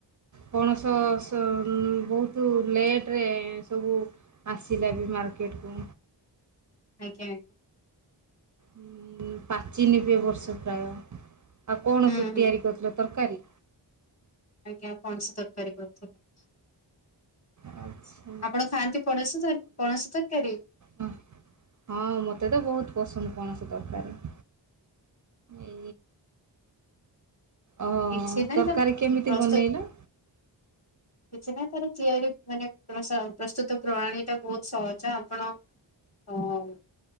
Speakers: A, on the right; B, on the left.
A: ପଣସ ସ ବହୁତ ତୁ ଲେଟ୍ରେ ସବୁ ଆସିଲା ବି ମାର୍କେଟକୁ।
B: ଆଜ୍ଞା ଆଜ୍ଞା।
A: ଉଁ ପଚିନିବି ଏ ବର୍ଷ ପ୍ରାୟ। ଆଉ କଣ
B: ହୁଁ
A: ସ
B: ହୁଁ
A: ତିଆରି କରିୁଥିଲ ତରକାରୀ?
B: ଆଜ୍ଞା ପଣସ ତରକାରୀ କରିଥିଲୁ।
A: ଆଚ୍ଛ
B: ଆପଣ ଖାଆନ୍ତି ପଣଶ ତ ପଣସ ତରକାରୀ?
A: ହ ହଁ ମୋତେ ତ ବହୁତ ପସନ୍ଦ ପଣସ ତରକାରୀ। ଏ ଓ
B: କିଛି ନାହିଁ
A: ତରକାରୀ
B: ତା
A: କେମିତି
B: ପ୍ରସ୍ତୁତ
A: ବନେଇଲ?
B: କିଛି ନାହିଁ ତାର ତିଆରି ମାନେ ପ୍ରସ ପ୍ରସ୍ତୁତ ପ୍ରଣାଣୀ ଟା ବହୁତ ସହଜ ଆପଣ ହଁ ଆଜ୍ଞା।